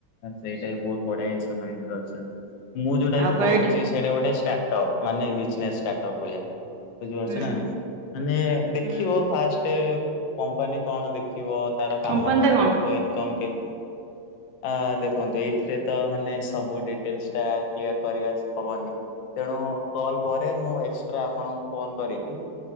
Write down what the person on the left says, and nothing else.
ସେଇଟା ବି ବହୁତ ବଢିଆ ଜିନିଷ ମାଇଣ୍ଡ ରେ ଅଛି। ମୁଁ ଯୋଉଟା
ବି
କହୁଛି
ସେଇଟା ଗୋଟେ ଷ୍ଟାର୍ଟ ଅପ୍ ମାନେ ବିଜନେସ ଷ୍ଟାଟ ଅପ୍ ଭଳିଆ। ବୁଝିପାରୁଛ
ନା ନାଇଁ ମାନେ ଦେଖିବ
ଫାଷ୍ଟ କମ୍ପାନୀ କଣ ଦେ ଦେଖିବ ତାର କାମ
କଣ
ଦେଖିବ ଇନ୍‌କମ୍ କେମ୍ ଆ ଦେଖନ୍ତୁ ଏଇଥିରେ ତ ମାନେ ସବୁ ଡିଟେଲସ ଟା କ୍ଳିଅର କରିବା ହବନି। ତେଣୁ କଲ୍ ପରେ ମୁଁ ଏକ୍ସଟ୍ରା ଆପଣଙ୍କୁ ଫୋନ କରିକି